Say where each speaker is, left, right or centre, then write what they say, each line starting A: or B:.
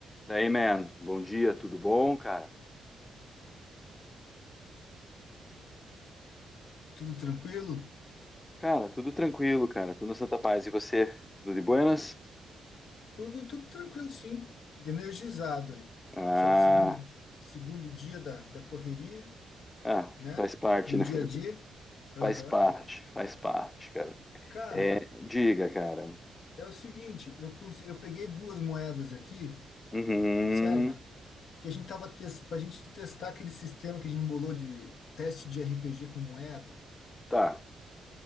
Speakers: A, on the left; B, on the left.
A: Daí, man, bom dia, tudo bom, cara?
B: Tudo tranquilo?
A: Cara, tudo tranquilo, cara, tudo na Santa Paz. E você, tudo de buenas?
B: Tudo, tudo tranquilo, sim. Energizado. aí.
A: Ah,
B: Já segundo, segundo dia da, da correria,
A: ah,
B: né?
A: faz parte,
B: Do
A: né?
B: dia
A: <laughs>
B: a dia. Aham.
A: Faz parte, faz parte, cara.
B: Cara,
A: É, diga, cara.
B: é o seguinte, eu consegui, eu peguei duas moedas aqui,
A: Uhum,
B: certo? Que a gente tava para a gente testar aquele sistema que a gente embolou de teste de RPG com moeda.
A: tá.